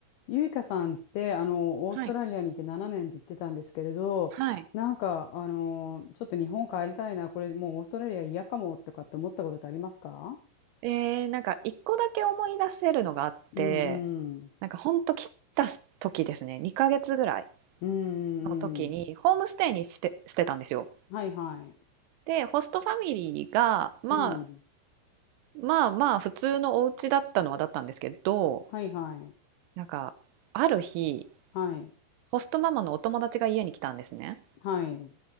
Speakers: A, on the left (about 80°); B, on the right (about 85°).
A: ゆいかさんって、あの、オーストラリアにいて7年って言ってたんですけれど、
B: はい。はい。
A: なんか、あの、ちょっと日本帰りたいな、これもうオーストラリア嫌かもとかって思ったことってありますか
B: えーなんか1個だけ思い出せるのがあって、
A: うんうん。
B: なんかほんと来た時ですね、2ヶ月ぐらい
A: うんうんうん。
B: の時にホームステイにして、してたんですよ。
A: はいはい。
B: で、ホストファミリーが、まあ、
A: うん。
B: まあまあ普通のお家だったのはだったんですけど、
A: はいはい。
B: なんかある日、
A: はい。
B: ホストママのお友達が家に来たんですね。
A: はい。う